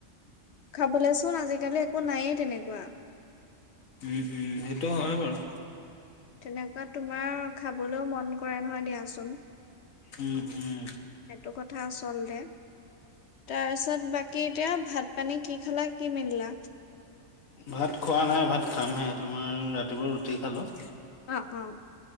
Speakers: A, on the left (about 60°); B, on the left (about 80°).
A: খাবলৈচোন আজিকালি একো নায়েই তেনেকুৱা
B: উম উম সেইটো হয় বাৰু
A: তেনেকুৱা তোমাৰ খাবলৈও মন কৰে নহয় দিয়াচোন।
B: উম উম।
A: সেইটো কথা আচলতে। তাৰপিছত বাকী এতিয়া ভাত পানী কি খালা কি মিললা
B: ভাত খোৱা নাই ভাত খামহে তোমাৰ ৰাতিপুৱা ৰুটি খালো।
A: অ' অ'